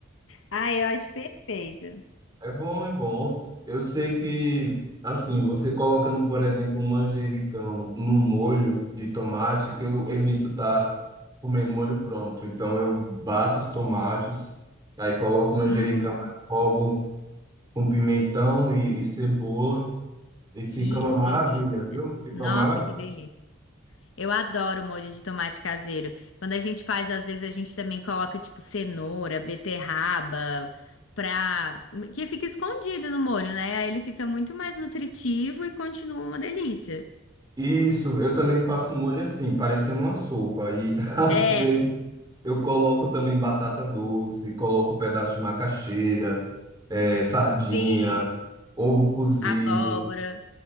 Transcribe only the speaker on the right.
É bom, é bom. Eu sei que, assim, você colocando, por exemplo, um manjericão no molho de tomate, que eu evito estar comendo molho pronto. Então, eu bato os tomates, aí coloco o manjericão,
refogo com pimentão e, e cebola, e fica
uma maravilha,
viu? Fica
uma maravilha.
Isso, eu também faço um molho assim, parecendo uma sopa. E <laughs> às
vezes eu coloco também batata doce, coloco um pedaço de macaxeira, eh, sardinha,
ovo cozido,